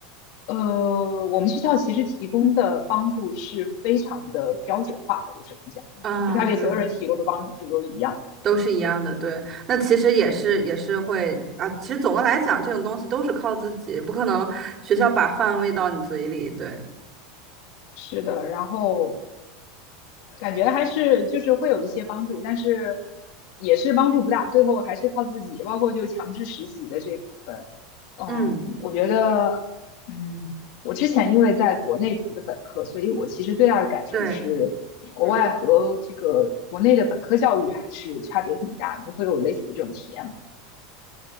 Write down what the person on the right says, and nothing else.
啊，
对，都是一样的，
对。那其实也是也是会啊，其实总的来讲，这种东西都是靠自己，不可能学校把饭喂到你嘴里，对，
嗯，
对，
嗯。